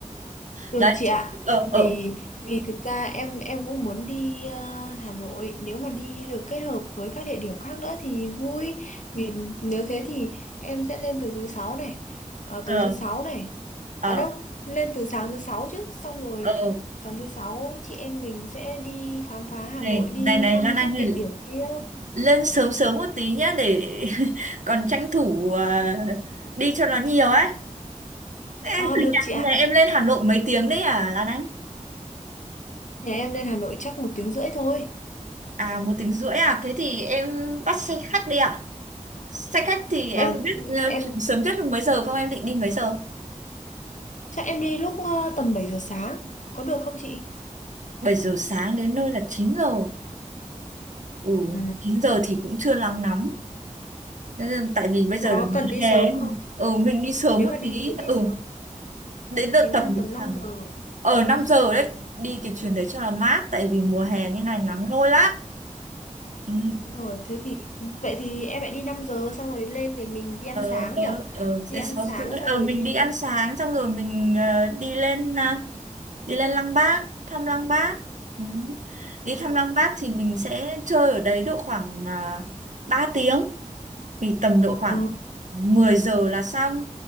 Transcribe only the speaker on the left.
Được
chị
ạ.
Vì vì thực ra em em cũng muốn đi ờ, Hà Nội, nếu mà đi được kết hợp với các địa điểm khác nữa thì vui. Vì nếu thế thì em sẽ lên từ thứ sáu này, ờ,
tối thứ sáu này.
Ở đâu? Lên từ sáng thứ sáu chứ, xong rồi
sáng thứ sáu chị em mình sẽ đi khám phá Hà
Nội, đi
thăm
các
địa điểm kia.
Ờ
được
chị
ạ.
Nhà em lên Hà Nội chắc một tiếng rưỡi thôi.
Đó.
Vâng,
em
chắc em đi lúc ờ, tầm 7 giờ sáng. Có được không chị?
Ừ.
Có
cần đi sớm
không?
Nếu
mà đi
chuyến đi
sớm
ừ,
thì năm
tầm
5 giờ.
Ờ,
đúng rồi, thế thì vậy thì em lại đi 5 giờ xong rồi lên để mình đi ăn
sáng
nhỉ?
Đi
ăn
sáng
xong
rồi
đi
ừ.
Ờ,